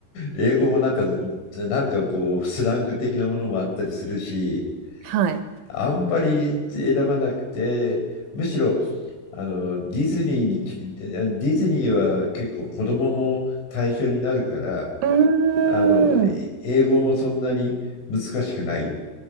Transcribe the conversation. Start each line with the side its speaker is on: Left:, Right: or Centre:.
Left: 英語もなんか、なんかこう、スラング的なものもあったりするし、
Right: はい。
Left: あんまり選ばなくて、むしろ、あのディズニーにディズニーは結構子供も対象になるから
Right: うーん。
Left: あのえ英語もそんなに難しくない